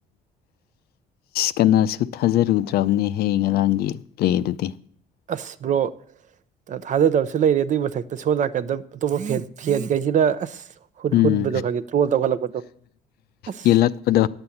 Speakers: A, on the left; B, on the right.
A: ꯀꯅꯥꯁꯨ ꯊꯥꯖꯔꯨꯗ꯭ꯔꯕꯅꯦꯍꯌꯦ ꯉꯔꯥꯡꯒꯤ ꯄ꯭ꯂꯦ ꯗꯨꯗꯤ
B: ꯑꯁ ꯕ꯭ꯔꯣ ꯊꯥꯖꯗꯕꯁꯨ ꯂꯩꯔꯦ ꯑꯗꯨꯒꯤ ꯃꯊꯛꯇ ꯁꯣꯝ ꯅꯥꯀꯥꯟꯗ ꯑꯇꯣꯞꯄ ꯐꯦꯟ ꯐꯦꯟꯈꯩꯁꯤꯅ ꯑꯁ ꯍꯨꯟ
A: ꯎꯝ
B: ꯍꯨꯟꯕꯗꯣ ꯈꯪꯗꯦ ꯇ꯭ꯔꯣꯜ ꯇꯧꯈꯠꯂꯛꯄꯗꯣ ꯑꯁ
A: ꯌꯦꯟꯂꯛꯄꯗ